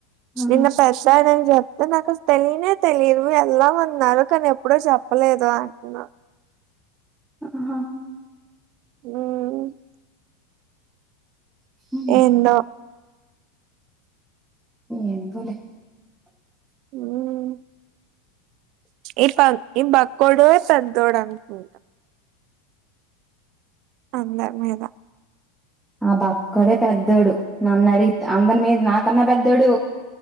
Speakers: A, in the centre; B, on the right.
A: ఆహా
B: నిన్న పెద్దాయనకి చెప్ నాకు అస్ తెలియనే తెలిదు వెళ్దాం ఉన్నారు. కానీ ఎప్పుడూ చెప్పలేదు అంటన
A: ఆహా
B: మ్
A: మ్
B: ఏందో
A: ఏందోలే
B: మ్ ఈ ప ఈ బక్కోడే పెద్దోడు అనుకుంటా. అందరి మీద
A: ఆ బక్కోడే పెద్దోడు. నన్ను అడిగి అందరి మీద, నాకన్నా పెద్దోడు.